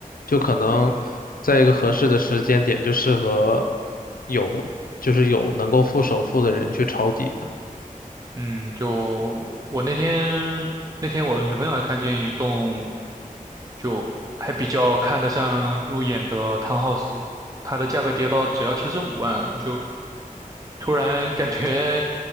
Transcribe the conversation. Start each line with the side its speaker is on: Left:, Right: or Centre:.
Left: 就可能在一个合适的时间点，
Right: 嗯
Left: 就适合有就是有能够付首付的人去抄底吧。
Right: 嗯，就我那天那天我女朋友还看见一栋就还比较看得上入眼的 townhouse，它的价格跌到只要七十五万了，就突然感觉